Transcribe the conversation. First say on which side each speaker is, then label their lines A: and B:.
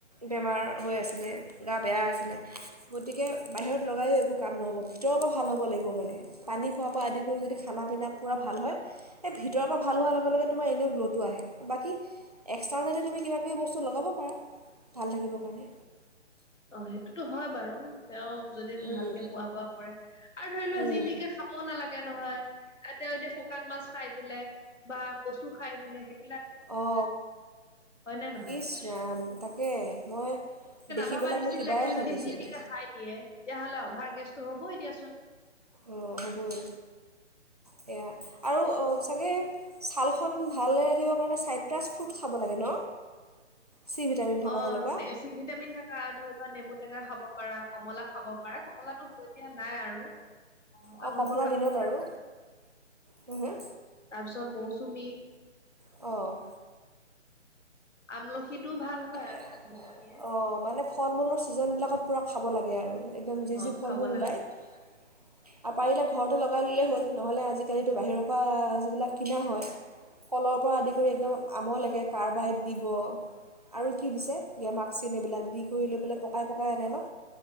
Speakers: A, on the right; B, on the left.
A: বেমাৰ হৈ আছিলে। গা বেয়া আছিলে গতিকে বাহিৰত লগায়ো একো কাম নহ'ব ভিতৰৰ পৰা ভাল হ'ব লাগিব মানে পানী খোৱাৰ পৰা আদি কৰি যদি খানা পিনা পূৰা ভাল হয় এইেই ভিতৰৰ পৰা ভাল হোৱাৰ লগে লগে তোমাৰ এনেও গ্ল'টো আহে বাকী এক্সটাৰ্নেলি তুমি কিবাকিবি বস্তু লগাব পাৰা ভাল থাকিবৰ কাৰণে
B: অ সেইটোতো হয় বাৰু তেওঁ যদি
A: উম,
B: ভালকে খোৱা বোৱা কৰে, আৰু ধৰি লোৱা
A: উম,
B: জি টিকে খাব নালাগে নহয় তেওঁ এতিয়া শুকান মাছ খাই দিলে বা কচু খাই দিলে সেই
A: অ
B: নে নহয়?
A: ইচ ৰাম তাকে মই
B: নভবা
A: পেলাই
B: নিচিন্তাকে
A: মোৰ কিবাই হৈ গৈছিলে।
B: যি টিকে খাই দিয়ে। তেতিয়াহ'লে অভাৰ গেছটো হ'বই দিয়াচোন।
A: অঁ হ'বই সেয়া আৰু চাগে ছালখন ভালে ৰাখিবৰ কাৰণে চাইট্ৰাছ ফ্ৰুট খাব লাগে ন চি ভিটামিন থকা
B: অ
A: তেনেকুৱা।
B: এ চি ভিটামিন থকা ধৰ নেমু টেঙা খাব পাৰা কমলা খাব পাৰা কমলাটো এতিয়া নাই আৰু
A: অঁ,
B: আমলখি
A: কমলাৰ
B: খাবপাৰা
A: দিনত আৰু হুম, হুম।
B: তাৰপিছত মৌচুমী তুমি
A: অ'
B: আমলখিটোও ভাল হয় আৰু
A: এ,
B: গুটিয়ে
A: অঁ, মানে ফল মূলৰ ছিজনবিলাকত পূৰা খাব লাগে আৰু একদম জে
B: অ
A: যি ফল
B: খাব
A: ওলায়
B: লাগে
A: আৰু পাৰিলে ঘৰৰতো লগাই ল'লেই হ'ল নহ'লে আজিকালিতো বাহিৰৰ পৰা যিবিলাক কিনা হয় কলৰ পৰা আদি কৰি একদম আমলকে কাৰ্বাইড দিব। আৰু কি দিছে গেমাক চিন এইবিলাক দি কৰি লৈ পেলাই পকাই পকাই আনে ন।